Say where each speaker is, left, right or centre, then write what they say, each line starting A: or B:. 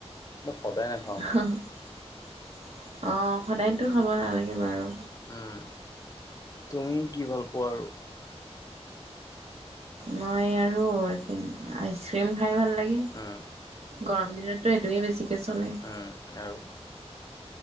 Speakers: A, on the left; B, on the right.
A: সদায় নাখাওঁ
B: <unintelligible>
A: মই
B: অ'! সদায়টো খাব নালাগে বাৰু।
A: উম, তুমি কি ভাল পোৱা আৰু?
B: মই আৰু আইচক্ৰীম খাই ভাল লাগে।
A: উম।
B: গৰম দিনততো, এইটোৱে বেছিকে চলে।
A: উম আৰু?